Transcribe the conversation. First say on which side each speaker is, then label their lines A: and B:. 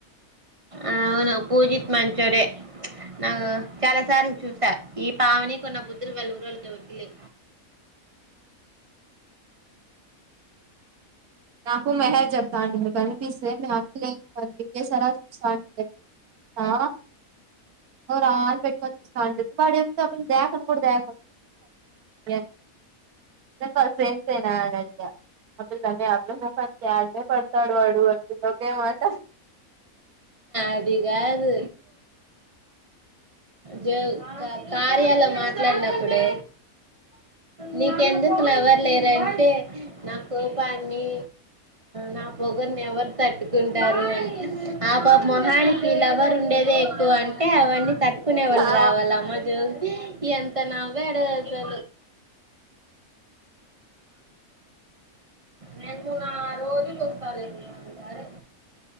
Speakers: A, on the right; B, on the right.
A: ఆవును పూజిత్ మంచోరే నా చాలా సార్లు చూసా ఈ పావని కొన్న బుద్ధులు వెళ్ళగురు వాళ్ళు దరికిలే
B: నాకు మెహేజ చెప్తాండి మీకు కనిపిస్తే మీపిలుంనిపించే సలా చూస్తాంస్తా రాన్ పె సది వాడే దను కూడా దను సేం సే న అడిగా అప్పుడు తమ్ క్యారు న పడతడ వడుచ్చ కేమత
A: అది కాదు జ కార్యాల మాట్లాడినప్పుడు నీకెందుకు లవర్లేరుంటే నా కోపాన్ని నా పొగర్ని ఎవరు తట్టుకుంటారు అ ఆ బా మొహానికి లవర్ ఉండేదే ఎక్కువ అంటే అవన్నీ తట్టుకునే వాళ్ళు
B: ఆ
A: రావాల అమ్మజ ఎంత నావడ చ నేను నా రోజు చెప్పాలడి అంటారు